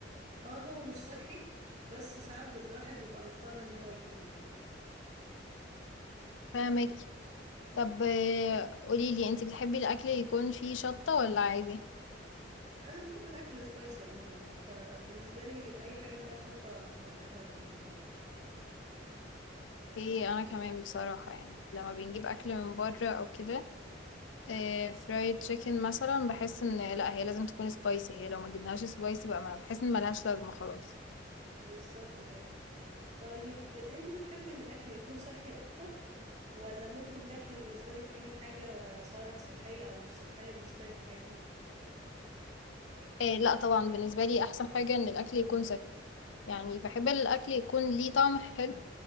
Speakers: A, on the right; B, on the left.
A: اه هو مش صحي بس ساعات ب- الواحد بيبقى مضطر ان هو يجيبه كده
B: فاهمك طب إيه، قوليلي أنتي بتحبي الأكل يكون فيه شطة ولا عادي؟
A: لا انا بحب الاكل السبايسي عموما فبالنسبه لي اي حاجه فيها شطه انا بحبها جدا يعني
B: إيه أنا كمان بصراحة يعني لما بنجيب أكل من بره أو كده آه، فرايد تشيكن مثلا بحس ان لا هي لازم تكون سبايسي هي لو ما جبناهاش سبايسي بقى ما بحس ان ملهاش لازمه خلاص
A: بالظبط كده طيب انت بتحبي الاكل يكون صحي اكتر ولا ممكن تاكلي بالنسبه لك اي حاجه سواء صحيه او مش صحيه بالنسبه لك عادي
B: إيه لا طبعا بالنسبه لي احسن حاجه ان الاكل يكون صحي يعني بحب الاكل يكون ليه طعم حلو